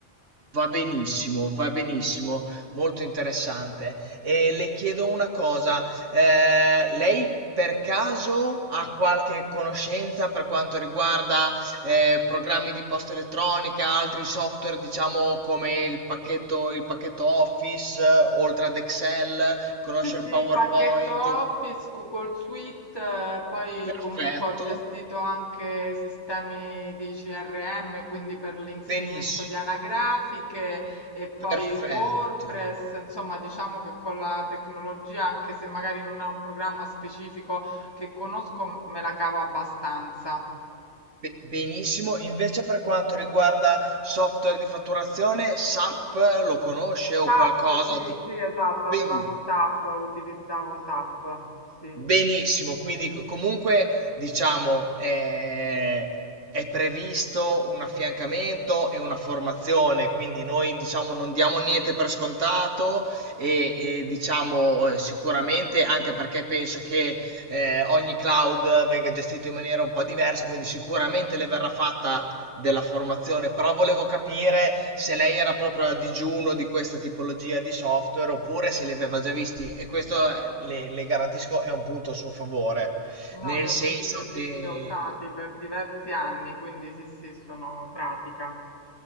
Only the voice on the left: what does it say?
Sì, sì,
pacchetto Office, Google Suite, eh, poi
comunque ho gestito anche sistemi di CRM, quindi per l'inserimento
di anagrafiche e poi
WordPress, insomma diciamo che con la tecnologia, anche se magari non è un programma specifico che conosco, m- me la cavo abbastanza.
SAP,
sì,
sì, esatto,
avevamo SAP, utilizzavo SAP, sì.
No, li ho
visti, li ho visti,
li ho usati per diversi anni, quindi sì, sì, sono pratica.